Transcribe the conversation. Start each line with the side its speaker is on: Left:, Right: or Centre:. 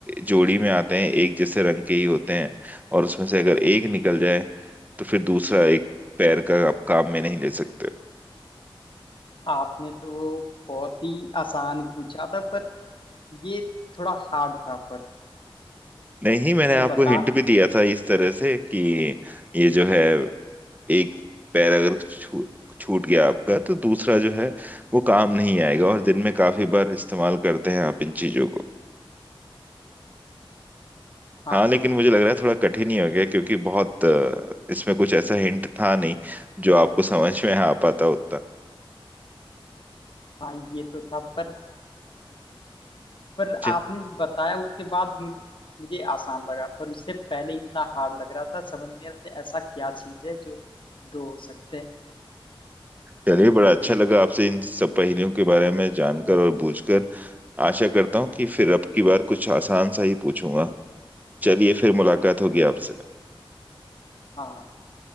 Right: जोड़ी में आते हैं एक जैसे रंग के ही होते हैं और उसमें से अगर एक निकल जाए तो फिर दूसरा एक पैर का आप काम में नहीं ले सकते
Left: आपने तो बहुत ही आसान पूछा था पर ये थोड़ा हार्ड था पर
Right: नहीं मैंने
Left: मैं
Right: आपको
Left: बता
Right: हिंट भी दिया था इस तरह से कि ये जो है एक पैर अगर छू, छूट गया आपका तो दूसरा जो है वो काम नहीं आएगा और दिन में काफी बार इस्तेमाल करते हैं आप इन चीजों को
Left: हाँ
Right: हाँ लेकिन मुझे लग रहा है थोड़ा कठिन ही हो गया क्योंकि बहुत अ, इसमें कुछ ऐसा हिंट था नहीं जो आपको समझ में आ पाता उतना
Left: हाँ ये तो था पर पर
Right: जी।
Left: आपने बताया उसके बाद मु- मुझे आसान लगा पर उससे पहले इतना हार्ड लग रहा था समझ नहीं आता ऐसा क्या चीज है जो दो हो सकते हैं
Right: चलिए बड़ा अच्छा लगा आपसे इन सब पहेलियों के बारे में जानकर और बूझकर आशा करता हूँ कि फिर अब की बार कुछ आसान सा ही पूछूंगा चलिए फिर मुलाकात होगी आपसे
Left: हाँ